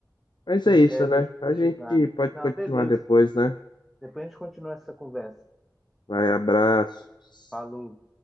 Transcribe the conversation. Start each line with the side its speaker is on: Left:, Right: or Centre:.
Left: Mas é isso,
Centre: é,
Left: né?
Centre: de,
Left: A
Centre: de
Left: gente
Centre: julgar, né?
Left: pode
Centre: Não,
Left: continuar
Centre: beleza.
Left: depois, né?
Centre: Depois a gente continua essa conversa.
Left: Vai, abraços.
Centre: Falou.